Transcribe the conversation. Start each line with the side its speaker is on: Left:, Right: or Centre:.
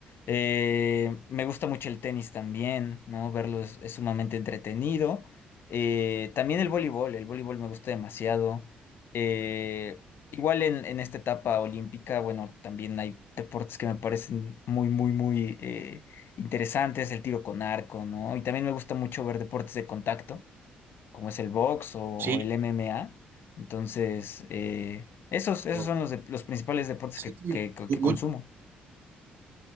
Left: Eh, me gusta mucho el tenis también, ¿no? Verlo es, es sumamente entretenido. Eh, también el voleibol, el voleibol me gusta demasiado. Eh, Igual en, en esta etapa olímpica, bueno, también hay deportes que me parecen muy, muy, muy eh, interesantes, el tiro con arco, ¿no? Y también me gusta mucho ver deportes de contacto, como es el box o
Right: Sí,
Left: el MMA. Entonces, eh, esos, esos
Right: no,
Left: son los, de- los principales deportes
Right: sí,
Left: que,
Right: tiene
Left: que, que-
Right: mu-
Left: que
Right: mucho
Left: consumo.